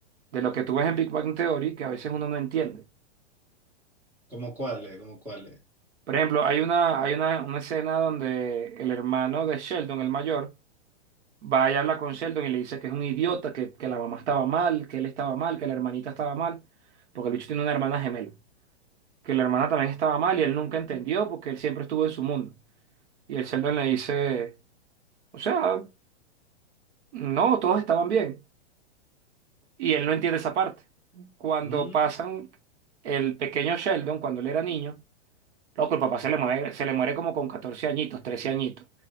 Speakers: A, on the right (about 80°); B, in the centre.
A: de lo que tú ves en Big Bang Theory que a veces uno no entiende.
B: ¿Cómo cuál es? ¿Cómo cuál es?
A: Por ejemplo, hay una, hay una, una escena donde el hermano de Sheldon, el mayor, va y habla con Sheldon y le dice que es un idiota, que, que la mamá estaba mal, que él estaba mal, que la hermanita estaba mal, porque el bicho tiene una hermana gemela, que la hermana también estaba mal y él nunca entendió porque él siempre estuvo en su mundo. Y el Sheldon le dice... O sea, No, todos estaban bien. Y él no entiende esa parte. Cuando
B: Mm,
A: pasan el pequeño Sheldon, cuando él era niño, loco, el papá se le muere, se le muere como con 14 añitos, 13 añitos.